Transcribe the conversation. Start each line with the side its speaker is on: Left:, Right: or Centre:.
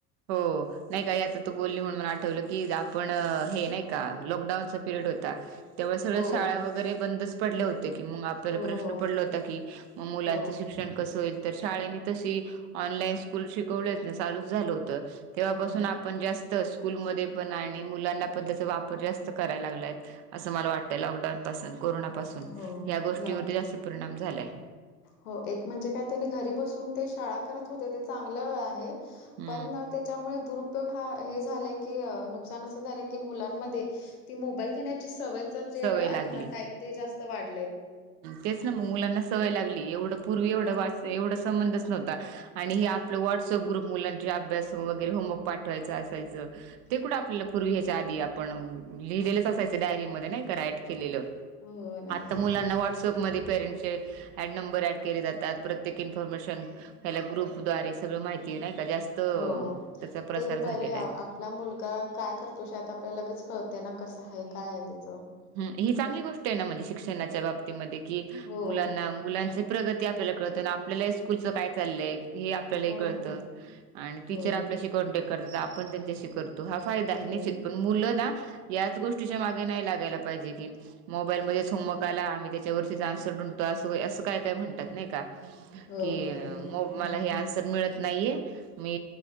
Right: हो नाही काय याच तू बोलली म्हणून आठवल की आपण हे नाही का लॉकडाऊनचा पिरड होता तेव्हा सगळ्या
Left: हो,
Right: शाळा वरे बंदच पडले होते की मंग आपल्याला
Left: हो,
Right: प्रश्न
Left: हो,
Right: पडला होता की म मुलांचं
Left: हो,
Right: शिक्षण कस होईल तर शाळेंनी तशी ऑनलाईन स्कूल शिकवलच ना चालूच झालं होत. तेव्हापासून
Left: हो,
Right: आपण जास्त स्कूलमध्ये पण आणि मुलांना पण त्याचा वापर जास्त करायला लागला यत असं मला वाटतंय लॉकडाऊन पासून कोरोना पासून
Left: हो.
Right: या गोष्टीवरती
Left: लॉ
Right: जास्त परिणाम झालाय.
Left: हो एक म्हणजे काय त्यानी घरी बसून ते शाळा करत होते ते चांगलं आहे.
Right: हम्म
Left: पण त्याच्यामुळे दुर ग हा हे झालंय की नुकसान असं झालंय की मुलांमध्ये ती मोबाईल घेण्याची सवय -- च जे
Right: सवय
Left: आहे
Right: लागली
Left: ना टाइम ते जास्त वाढलय.
Right: तेच ना मग मुलांना सवय लागली एवढं पूर्वी एवढ
Left: हो,
Right: वाच एवढा संबंधच नव्हत. आणि हे आपलं व्हॉट्सअप ग्रुप मुलांचे अभ्यास वगैरे होमवर्क पाठवायचं असायचं. ते कुंठ आपल्याला पूर्वी ह्याच्या आधी आपण लिहिलेलंच असायचं. ते डायरी मध्ये नाही क राईट केलेल
Left: हो ना.
Right: आता मुला व्हॉटसअपमध्ये पेरेट्सचे ॲड नंबर ॲड केले जातात परत - प्रत्येक इन्फॉर्मेशन याला ग्रुप द्वारे सगळं माहिती नाही का जास्त त्याचा
Left: हो
Right: प्रसार
Left: ते एक
Right: झालेला
Left: बरंय
Right: आहे
Left: आपला मुलगा काय करतो शत आपल्या लगेच कळतय ना कस हाय. हे काय आहे त्याच.
Right: हम ही चांगली गोष्ट आहे ना म्हणजे शिक्षणाच्या बाबतीमध्ये की
Left: हो,
Right: मुलांना मुलांची प्रगती आपल्याला कळत आणि आपल्यालाही स्कुलच काय चालय हे आपल्यालाही
Left: हो
Right: कळत
Left: ना.
Right: आणि टिचर
Left: हो,
Right: अपल्याशी कॉन्टॅक्ट करतो आपण त्यांच्याशी करतो हा फायदा
Left: हो,
Right: निश्चित पण मुलं ना याच गोष्टीच्या मागे नाही लागायला पाहिजे की मोबाईलमध्येच होमवर्क आला आम्ही त्याच्यावरतीच आन्सर ढूंढ तो अस होय अस काय काय म्हणतात नाही का
Left: हो
Right: कि
Left: बरोबर आहे.
Right: मोब -
Left: हं,
Right: मला
Left: हं.
Right: हे सर मिळत नाहीये मी